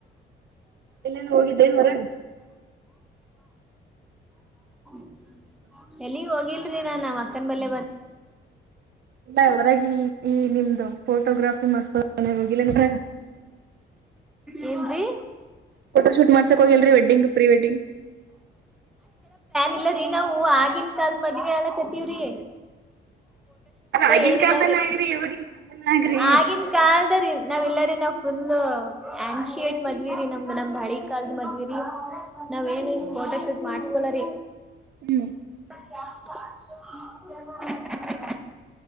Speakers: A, on the right; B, in the centre.
A: ಎಲ್ಲೇನ ಹೋಗಿದ್ದೇನ್ ಹೊರಗ್?
B: <inaudible> ಎಲ್ಲಿಗ್ ಹೋಗಿಲ್ರಿ ನಾನ್ ನ್ ಅಕ್ಕನ್ ಬಲ್ಲೇ ಬಂದ.
A: ಇಲ್ಲ ಹೊರಾಗಿ ಈ ನಿಮ್ದು ಫೋಟೋಗ್ರಾಫಿ ಮಾಡ್ಸ್ಕೊ ಹೋಗಿಲ್ಲಂದ <inaudible>
B: ಏನ್ ರೀ.
A: ಫೋಟೋ ಶೂಟ್ ಮಾಡ್ಸಕ್ ಹೋಗಿಲ್ರರಿ ವೆಡ್ಡಿಂಗ್ ಪ್ರೀ ವೆಡ್ಡಿಂಗ್.
B: ಇಲ್ಲರೀ ನಾವು ಆಗಿನ ಕಾಲದ ಮದ್ವೀಲ ಕತೀವ್ರಿ.
A: ಅದ ಆಗಿನ
B: ಏನಿಲ್ಲ
A: ಕಾಲ್ದನ
B: ರೀ
A: ಆಗ್ರಿ ಇವಾಗಿನ ಕಾಲ್ದನ ಆಗ್ರಿ.
B: ಆಗಿನ ಕಾಲದ ರೀ ನಾವ ಇಲ್ಲರೀ ನಾವ ಫುಲ್ ಆನ್ಶಿಯೇಟ್ ಮದ್ವೀರಿ ನಮ್ದ ನಮ್ ಹಳಿ ಕಾಲದ ಮದ್ವೀರಿ ನಾವ್ ಏನು ಫೋಟೋ ಶೂಟ್ ಮಾಡ್ಸ್ಕೊಳರೀ.
A: ಹ್ಮ
B: <inaudible>